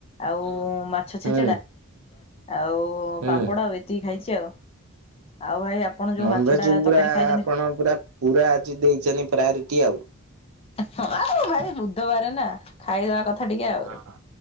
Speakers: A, on the left; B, on the right.
A: ଆଉ ମାଛ
B: ହୁଁ
A: ଛେଚେଡା ଆଉ ଓ
B: ହୁଁ
A: ପାମ୍ପଡା ଆଉ ଏତିକି ଖାଇଛି ଆଉ। ଆଉ ଭାଇ ଆପଣ ଯୋଉ
B: ନନଭେଜ
A: ମାଛ ଟା
B: ପୁରା
A: ତରକାରୀ ଖାଇଛନ୍ତି
B: ଆପଣ ପୁରା ପୁରା ଆଜି ଦେଇଚନ୍ତି ପ୍ରାୟୋରିଟି ଆଉ।
A: ହଁ ଆଉ ଭାଇ ବୁଧବାର ନା ଖାଇବା କଥା ଟିକେ ଆଉ।
B: ହଁ